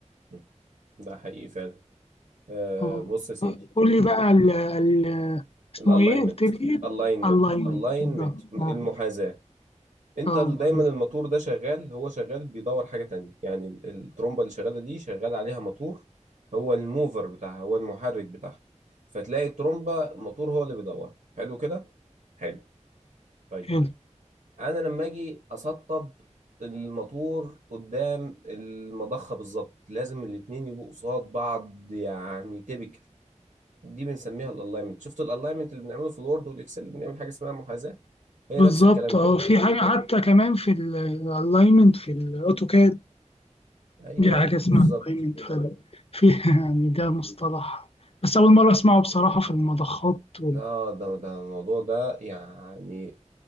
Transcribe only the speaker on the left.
اه
قول لي بقى ال ال اسمه
ايه قلت لي ايه
الاينمنت
بالظبط
اه
آه،
محرك.
حلو.
بالظبط
اه
في حاجه حتى كمان في الالاينمنت في الاوتوكاد
دي حاجه اسمها
الالاينمنت فعلا في <laughs> يعني ده مصطلح بس اول مره اسمعه بصراحه في المضخات وال...